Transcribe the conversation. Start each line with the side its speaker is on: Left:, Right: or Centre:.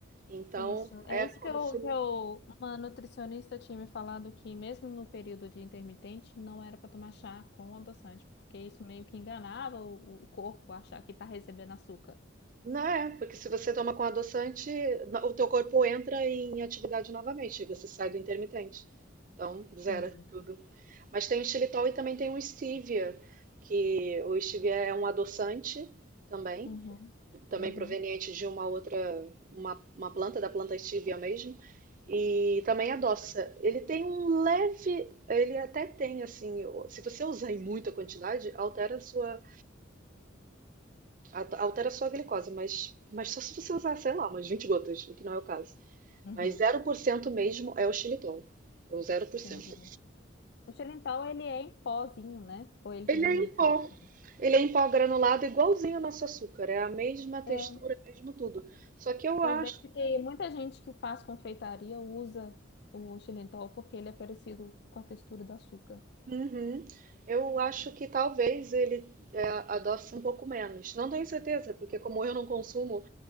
Right: Então,
Left: Isso. É
Right: é
Left: isso
Right: como
Left: que eu,
Right: se
Left: que eu, uma nutricionista tinha me falado que mesmo no período de intermitente não era para tomar chá com adoçante, porque isso meio que enganava o, o corpo a achar que tá recebendo açúcar.
Right: Né, porque se você toma com adoçante, na- o teu corpo entra em atividade novamente, e você sai do intermitente. Então, zera
Left: Entendi.
Right: tudo. Mas tem o xilitol e também tem o stevia, que o stevia é um adoçante também,
Left: Uhum,
Right: também
Left: uhum,
Right: proveniente de uma outra, uma, uma planta, da planta stevia mesmo, e também adoça. Ele tem um leve, ele até tem assim, se você usar em muita quantidade, altera a sua At- Altera a sua glicose, mas, mas só se você usar, sei lá, umas 20 gotas, o que não é o caso.
Left: uhum.
Right: Mas zero por cento mesmo é o xilitol. É o zero por cento.
Left: Entendi. O xilitol, ele é em pozinho, né? Ou ele
Right: Ele
Left: tem
Right: é
Left: em
Right: em
Left: líquido
Right: pó.
Left: também?
Right: Ele é em pó granulado, igualzinho ao nosso açúcar. É a mesma textura,
Left: É,
Right: mesmo tudo. Só que eu acho,
Left: Eu vejo que muita gente que faz confeitaria usa o xilitol porque ele é parecido com a textura do açúcar.
Right: Uhum. eu acho que talvez ele é, adoce um pouco menos. Não tenho certeza, porque como eu não consumo,